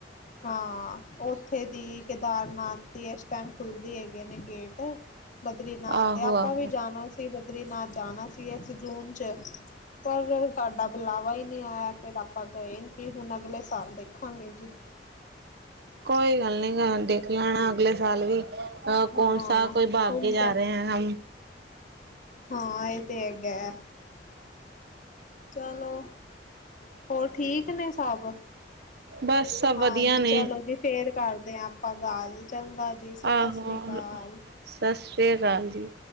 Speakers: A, on the left; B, on the right.
A: ਹਾਂ ਓਥੇ ਦੀ ਕੇਦਾਰਨਾਥ ਦੀ, ਇਸ ਟਾਈਮ ਖੁੱਲਦੀ ਹੈਗੇ ਨੇ ਗੇਟ। ਬਦਰੀਨਾਥ
B: ਆਹੋ
A: ਦੇ ਆਪਾਂ
B: ਆਹੋ
A: ਵੀ ਜਾਣਾ ਸੀ, ਬਦਰੀਨਾਥ ਜਾਣਾ ਸੀ ਇਸ ਜੂਨ ਚ। ਪਰ ਸਾਡਾ ਬੁਲਾਵਾ ਹੀ ਨੀ ਆਇਆ, ਫਿਰ ਆਪਾਂ ਗਏ ਨੀ ਹੁਣ ਅਗਲੇ ਸਾਲ ਦੇਖਾਂਗੇ ਜੀ।
B: ਕੋਈ ਗੱਲ ਨੀ ਗਾ, ਦੇਖ ਲੈਣਾ ਅਗਲੇ ਸਾਲ ਵੀ ਅ ਕੌਣਸਾ
A: ਹਾਂ
B: ਕੋਈ ਬਾਗਗੇ
A: ਹੁਣ
B: ਜਾ
A: ਤੇ
B: ਰਹੇ ਹੈ ਹਮ।
A: ਹਾਂ, ਇਹ ਤੇ ਹੈਗਾ ਐ। ਚਲੋ ਹੋਰ ਠੀਕ ਨੇ ਸਭ
B: ਬਸ ਸਭ
A: ਹਾਂਜੀ
B: ਵਧੀਆ ਨੇ
A: ਚਲੋ ਜੀ ਫੇਰ ਕਰਦੇ ਹਾਂ ਆਪਾਂ ਗੱਲ ਚੰਗਾ ਜੀ ਸਤਿ
B: ਆਹੋ
A: ਸ੍ਰੀ ਅਕਾਲ
B: ਸਤਿ ਸ਼੍ਰੀ ਅਕਾਲ ਜੀ